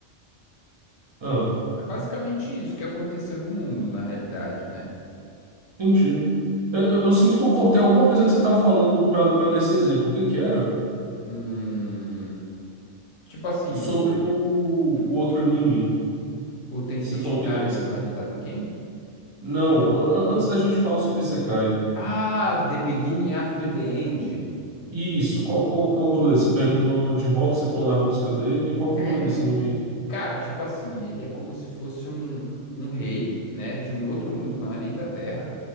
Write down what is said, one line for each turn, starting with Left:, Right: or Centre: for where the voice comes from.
Right: Ah,
Left: É basicamente isso que aconteceu no mundo, na realidade, né?
Right: entendi. Eu, eu- eu sinto que eu cortei alguma coisa que você tava falando pra, pra dar esse exemplo. O que que era?
Left: Hum, tipo assim,
Right: Sobre
Left: o,
Right: o, o outro anime
Left: o Tensei
Right: que você falou
Left: Chitara
Right: que ele era esse.
Left: Slime Data quem?
Right: Não, a- a- antes da gente falar sobre Isekai.
Left: Ah, The Beginning After the End.
Right: Isso, qual, qual que é o rolê? Você perguntou de rock, você falou da música dele. Qual que
Left: É,
Right: é o rolê desse anime? aí?
Left: Cara, tipo assim, ele é como se fosse um, um rei, né, de um outro mundo, não é nem da Terra.